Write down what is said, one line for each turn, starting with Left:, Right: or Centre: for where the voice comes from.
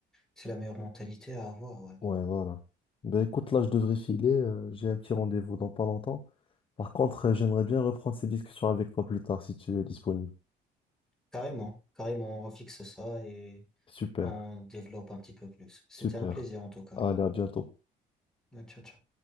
Centre: c'est la meilleure mentalité à avoir ouais.
Left: ouais, voilà. Ben écoute, là, je devrais filer. euh, j'ai un petit rendez-vous dans pas longtemps. Par contre, euh, j'aimerais bien reprendre ces discussions avec toi plus tard si tu es disponible.
Centre: carrément carrément on refixe ça et
Left: Super,
Centre: on développe un petit peu plus c'était
Left: super.
Centre: un plaisir en tout cas
Left: Allez, à bientôt.
Centre: ciao ciao